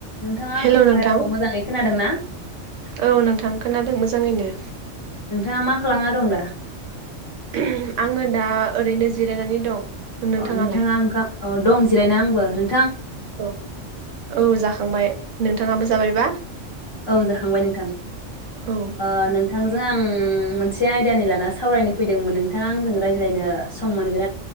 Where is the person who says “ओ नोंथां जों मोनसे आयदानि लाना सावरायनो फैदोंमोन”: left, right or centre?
Left